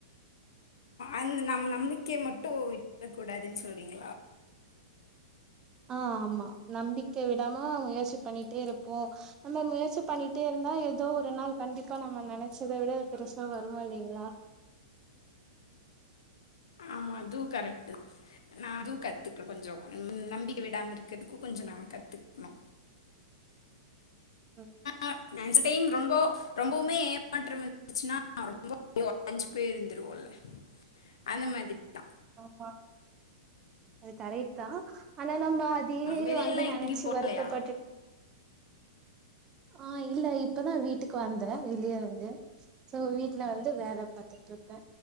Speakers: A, on the left; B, on the right.
A: அந்த நம் நம்பிக்கையை மட்டு விட்ராக் கூடாதுன்னு சொல்றீங்களா
B: ஆ ஆமா நம்பிக்கை விடாம முயற்சி பண்ணிட்டே இருப்போம் நம்ம முயற்சி பண்ணிட்டே இருந்தா ஏதோ ஒரு நாள் கண்டிப்பா நம்ம நெனச்சதை விட பெருசா வருவோம் இல்லைங்களா
A: ஆமா அதுவு கரெக்ட் நா அதுவு கத்துக்ணு கொஞ்சோ நம்பிக்க விடாம இருக்கிறதுக்கு கொஞ்ச நா கத்துக்ணு
B: ம்
A: அ இந்த டைம் ரொம்போ ரொம்போமே ஏமாற்றம் வந்துச்சுன்னா ரொம்ப உடஞ்சு பேய் இருந்துருவோல அந்த மாதிரி தா
B: ஆமா அது கரெக்ட் தா ஆனா நம்ம அதையே
A: வெளியெல்லா
B: வந்து நெனச்சு
A: எங்கேயு போலையா
B: வருத்தப்பட்டுட் ஆ இல்ல இப்பதா வீட்டுக்கு வந்த வெளிய இருந்து சோ வீட்ல வந்து வேல பாத்துட்ருப்பே